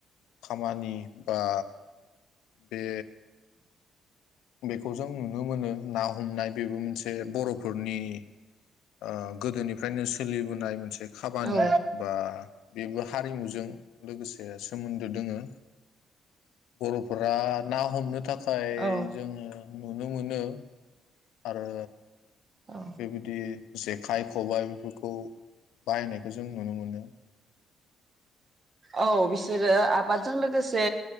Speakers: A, on the left; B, on the right.
A: खामानि बा बे बेखौ जों नुनो मोनो ना हमनाय बेबो मोनसे बर'फोरनि ओ गोदोनिफ्रायनो सोलिबोनाय मोनसे खाबानि
B: औ
A: बा बेबो हारिमुजों लोगोसे सोमोन्दो दोङो बर'फोरा दा ना हमनो थाखाय थाय
B: औ
A: ओं नुनो मोनो आरो।
B: औ
A: बेबायदि जेखाइ-खबाय बेफोरखौ बाहायनायखौ जों नुनो मोनो।
B: औ बिसोरो आबादजों लोगोसे